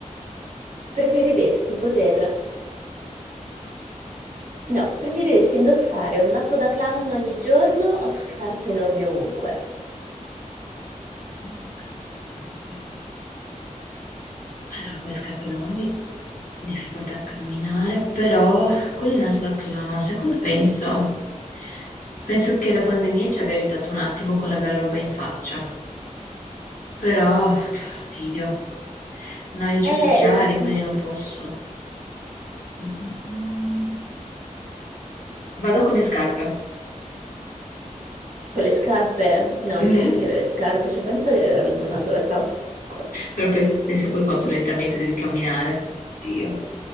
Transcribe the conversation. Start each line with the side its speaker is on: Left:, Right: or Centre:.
Right: Preferiresti poter... No, preferiresti indossare un naso da clown ogni giorno o scarpe enormi ovunque?
Left: Avevamo scarpe enormi. Allora, con le scarpe enormi, difficoltà a camminare, però con il naso da clown, sai cosa penso? Penso che la pandemia ci abbia aiutato un attimo con l'avere roba in faccia, però che fastidio. No, io ho
Right: Eh,
Left: gli occhiali,
Right: <laughs>
Left: quindi non posso. Mm, mm, mm. Vado con le scarpe.
Right: con le scarpe... No, anche
Left: Mhm.
Right: io scegliere le scarpe, cioè pensa avere veramente un naso da clown ovunque.
Left: Però pens- pensa poi quanto lentamente devi camminare. Dio.